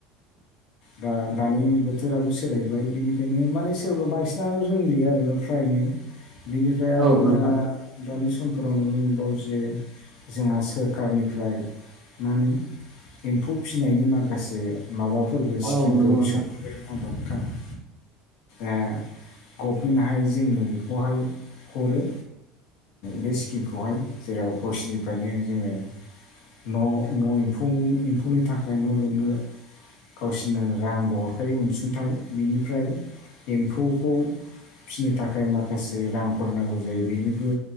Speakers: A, on the left; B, in the centre.
A: दा दानि बोथोराबो सोलायबाय बिनि बेनो माने सोरबा बांसिनल' जोंलि आरोोना फ्रायनो बिनिफ्राय आरो
B: औ नोंथां
A: दा दानि समफोराव नुनो मोनबावो जे जोंहा सोरखारनिफ्राय मा होनो एम्फौ फिसिनायनि माखासे माबाफोरबो
B: औ
A: स्किमफोरबो
B: नंगौ नोंथां
A: सौफैयो गना बथां <unintelligible> ऐ गभमेन्टहाय जोंनो बेखौहाय हरो बे स्किमखौहाय जेराव गावसिनिफ्रायनो जोङो न' न' एम्फौ एम्फौनि थाखाय न' लुनो गावसोरनो रांबो हरखायो अनसुंथाइ बिनिफ्राय एम्फौखौ फिसिनो थाखाय माखासे रांफोर नांगौ जायो बेनिबो